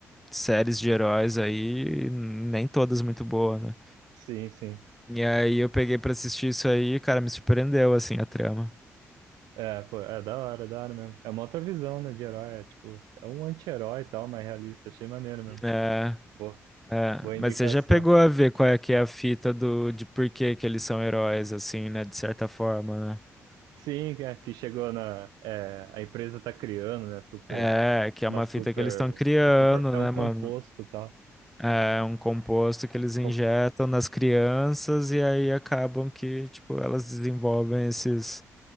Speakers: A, in the centre; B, on the right.
A: séries de heróis aí, nem todas muito boas, né?
B: sim, sim.
A: E aí eu peguei pra assistir isso aí e, cara, me surpreendeu, assim, a trama.
B: É, pô, é da hora, da hora mesmo. É uma outra visão, né, de herói. É tipo, é um anti-herói e tal, mas realista. Achei maneiro mesmo.
A: É,
B: Pô,
A: é.
B: boa
A: Mas
B: indicação.
A: você já pegou a ver qual é que é a fita do, de por que que eles são heróis, assim, né? De certa forma, né?
B: Sim, é, que chegou na. é, a empresa tá criando, né? Super.
A: É, que é
B: Uma
A: uma
B: super.
A: fita que eles estão criando,
B: Um super é
A: né,
B: um composto
A: mano?
B: e tal.
A: É um composto que eles
B: Com-
A: injetam nas crianças e aí acabam que, tipo, elas desenvolvem esses